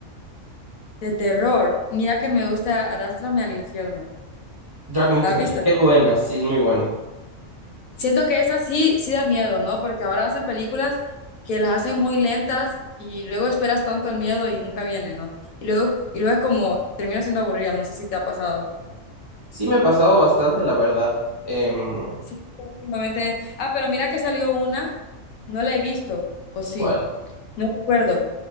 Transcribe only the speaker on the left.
De terror. Mira que me gusta Arrástrame al infierno.
¿La has visto?
Siento que esa sí, sí da miedo, ¿no? Porque ahora hacen películas que las hacen muy lentas y luego esperas tanto el miedo y nunca viene, ¿no? Y luego, y luego es como, termina siendo aburrida, no sé si te ha pasado.
Sí, últimamente. Ah, pero mira que salió una, no la he visto, o sí.
No recuerdo,